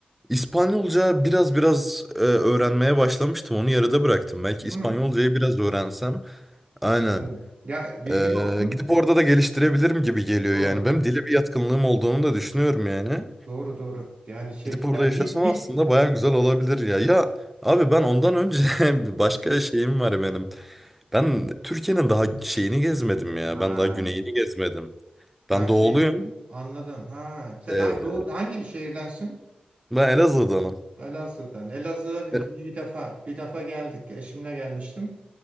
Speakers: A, in the centre; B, on the right (about 55°).
A: İspanyolca biraz biraz e, öğrenmeye başlamıştım. Onu yarıda bıraktım. Belki İspanyolcayı
B: Hmm,
A: biraz öğrensem. Aynen.
B: anladım. Ya bilgin
A: E,
B: olsun.
A: gidip orada da geliştirebilirim gibi geliyor
B: Doğru.
A: yani. Benim dile bir yatkınlığım olduğunu da düşünüyorum yani.
B: Doğru doğru. Yani şey,
A: Gidip orada
B: ya
A: yaşasam
B: dil dil.
A: aslında baya güzel olabilir ya. Ya abi ben ondan önce <laughs> bir başka şeyim var benim. Ben Türkiye'nin daha şeyini gezmedim ya.
B: Ha,
A: Ben daha güneyini gezmedim.
B: ya
A: Ben doğuluyum.
B: şey. Anladım. Ha, sen
A: E,
B: hangi, doğu- hangi şehirdensin?
A: Ben Elazığ'danım.
B: Elazığ'dan. Elazığ'a bir,
A: E, Evet.
B: bir defa bir defa geldik. Eşimle gelmiştim.